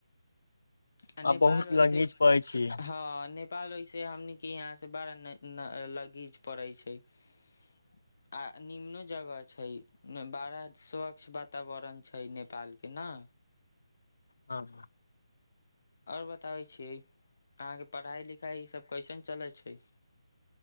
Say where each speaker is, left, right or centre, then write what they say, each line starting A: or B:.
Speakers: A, on the left (about 55°); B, on the left (about 70°).
A: आ नेपाल
B: बहुत
A: होइ
B: लगीच
A: से
B: पड़ै छी
A: हँ नेपाल आब एसे हमनी के यहाँ से बरा लगीच परैय छै <unintelligible> आ निमनो जगह छै बड़ा स्वच्छ वातावरण छै नेपाल के नै
B: हँ
A: आओर बताबै छियै अहाँके पढ़ाइ लिखाइ इसभ कैसन चलै छै <inaudible>